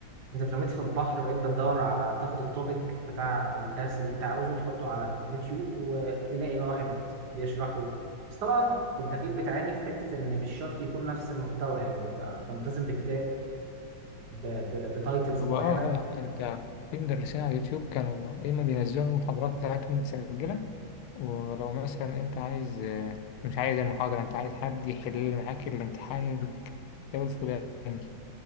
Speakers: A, on the right; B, on the left.
A: انت اترميت في البحر بقيت بتدور على بتاخد التوبيك بتاع الدرس اللي انت عاوزه وتحطه على اليوتيوب وتلاقي بقى واحد بيشرحه بس طبعا كنت اكيد بتعاني في حته ان مش شرط يكون نفس المحتوى يعني انت انت ملتزم بكتاب ب- ب- بتايتلز
B: هو
A: معينه
B: آه آه أنت في مدرسين على اليوتيوب كانوا يا إما بينزلوا المحاضرات بتاعتهم متسجلة ولو مثلا أنت عايز آه، مش عايز المحاضرة أنت عايز حد يحل معاك الامتحان الكتاب الفلاني